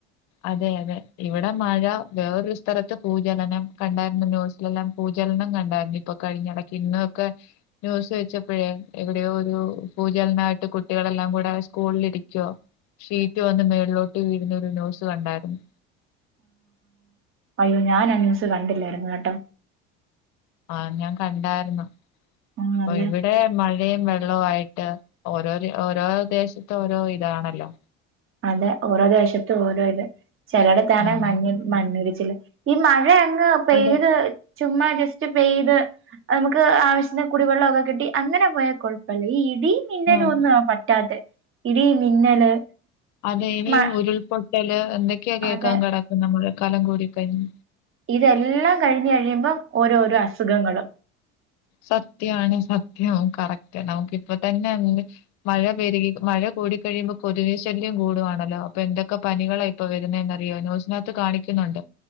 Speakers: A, on the left; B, on the right.
A: അതെ അതെ ഇവിടെ മഴ വേറൊരു സ്ഥലത്ത് ഭൂചലനം കണ്ടായിരുന്നു ന്യൂസിലെല്ലാം ഭൂചലനം കണ്ടായിരുന്നു ഇപ്പൊ കഴിഞ്ഞ ഇടക്ക ഇന്നൊക്കെ ന്യൂസ് വെച്ചപ്പോഴേ എവിടെയോ ഒരു ഭൂചലനയിട്ട് കുട്ടികളെല്ലാം കൂടെ സ്കൂളിലിരിക്കുവോ ഷീറ്റ് വന്ന് മേളിലോട്ട് വീഴുന്ന ഒരു ന്യൂസ് കണ്ടായിരുന്നു
B: അ് ഞാനാ ന്യൂസ് കണ്ടില്ലായിരുന്നു കേട്ടോ
A: ആ ഞാൻ കണ്ടായിരുന്നു
B: ഉം
A: അപ്പൊ
B: നല്ല
A: ഇവിടെ മഴയും വെ ആയിട്ട് ഓരോ ഓരോ ദേശത്ത ഓരോ ഇതാണല്ലോ
B: അതെ ഓരോ ദേശത്തും ഓരോ ഇത് ചിലടത്താണ്
A: ഉം
B: മഞ്ഞ മണ്ണിടിച്ചില് ഈ മഴ എ ത് പെയ്ത്
A: അതെ
B: ചുമ്മാ ജസ്റ്റ് പെയ്ത് നമുക്ക് ആവശ്യാത്തീന് കുടിവെള്ളമൊക്കെ കിട്ടി അങ്ങനെ പോയ കുഴപ്പല്ല ഈ ഇടീ മിന്നലൊന്നും
A: ആഹ്
B: ആ പറ്റാത്ത ഇടീ മിന്നല്
A: അത ഇനിയും
B: മ
A: ഉരുൾപൊട്ട ഹലോ എന്തൊക്കെയാ കേക്കാ
B: അതെ
A: കിടക്ക നമ്മള് കലം കോരി കഞ്ഞ്
B: ഇതെല്ലാം കഴിഞ്ഞ് കഴിയുമ്പം ഓരോരോ അസുഖങ്ങളും
A: സത്യാണ് സത്യം കറക്റ്റ് നമുക്ക് ഇപ്പൊ തന്നെ മഴ പെരുകി മഴ കൂടി കഴിയുമ്പോ കൊതുക് ശല്യം കൂടുവാണല്ലോ അപ്പൊ എന്തൊക്കെ പനികളാ ഇപ്പൊ വരുന്നെന്നറിയോ ന്യൂസിനകത്ത് കാണിക്കുന്നുണ്ട്